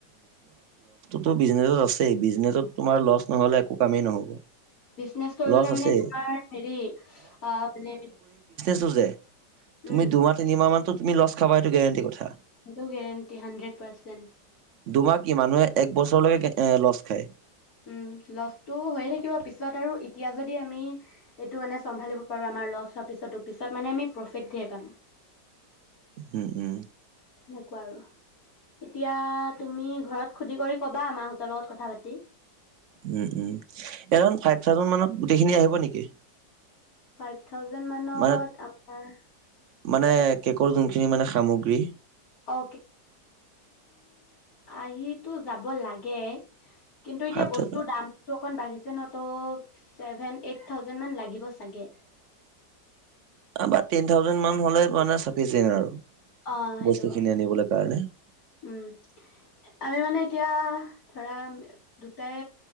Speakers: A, on the right; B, on the left.
A: তো বিজনেছত আছেই। বিজনেচত তোমাৰ লছ নহ'লে একো কামেই নহ'ব।
B: বিজনেছ কৰিবলে
A: লছ
B: মানে
A: আছেই
B: তোমাৰ হেৰি অ মানে
A: টো যে তুমি
B: উম
A: দুমাহ-তিনিমাহ মানতো। তুমি লছ খাবা এইটো গেৰাণ্টি কথা।
B: হলো গেৰাণ্টি হাণ্ড্ৰেড পাৰ্চেণ্ট
A: তোমাক কি মানুহে এক বছৰলৈকে কেত এ লছ খায়।
B: উম লছটো হৈয়ে থাকিব, পিছত আৰু এতিয়া যদি আমি এইটো মানে চম্ভালিব পাৰো আ আমাৰ লছ হোৱা পিছতো পিছত মানে আমি প্ৰফিট ধেৰ পাম।
A: উম উম।
B: তেনেকুৱা আৰু, এতিয়া তুমি ঘৰত সুধি কৰি ক'বা মাহঁতৰ লগত কথা পাতি।
A: Um, um, around five thousand মানত গোটেইখিনি আহিব নেকি?
B: ফাইভ থাউজেণ্ড মানত
A: মানে
B: আমাৰ
A: মানে কেকৰ যোনখিনি মানে সামগ্ৰী,
B: অ আহি টো যাব লাগে, কিন্তু এতিয়া
A: ফাইভ
B: বস্তুৰ
A: থাউজেণ্ড
B: দামটো অকন বাঢ়িছে ন ত ছেভেন এইট থাউজেণ্ড মান লাগিব চাগে।
A: বা তেন থাউজেন মান হলে মানে চাফিচিয়েণ্ট আৰু
B: অ সেইটো
A: বস্তু খিনি আনিবলৈ কাৰণে ।
B: উম আমি মানে এতিয়া ধৰা দুটাই